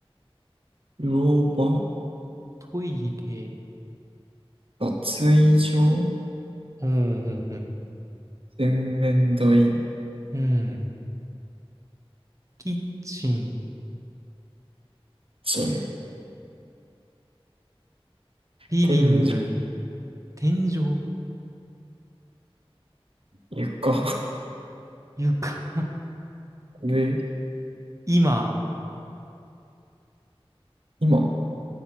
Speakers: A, on the right (about 65°); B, on the right (about 30°).
A: 風呂場、
B: トイレ、
A: 脱衣所、
B: うん、うん、
A: 洗面台、キッ
B: うん、うんキッチン、
A: チン、
B: リビング、
A: 天井、
B: 天井、
A: 床、
B: 床、<laughs>
A: <laughs> 上、
B: 今、
A: 今。